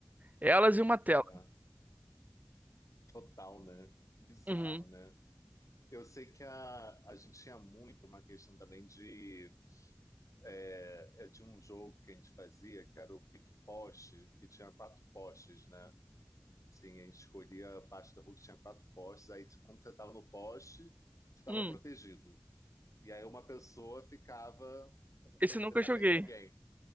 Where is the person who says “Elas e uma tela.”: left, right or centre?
Right